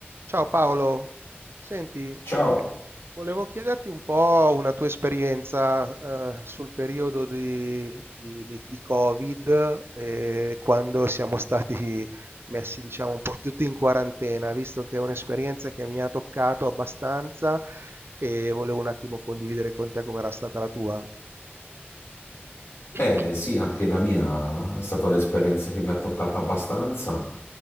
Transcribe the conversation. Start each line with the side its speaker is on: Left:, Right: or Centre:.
Right: Ciao Paolo, senti,
Left: Ciao!
Right: volevo chiederti un po' una tua esperienza eh, sul periodo di, di- di- di Covid, eh, quando siamo stati messi, diciamo, un po' tutti in quarantena, visto che è un'esperienza che mi ha toccato abbastanza e volevo un attimo condividere con te com'era stata la tua. <coughs>
Left: Eh sì, anche
Right: <clears throat>
Left: la mia è stata un'esperienza che mi ha toccata abbastanza,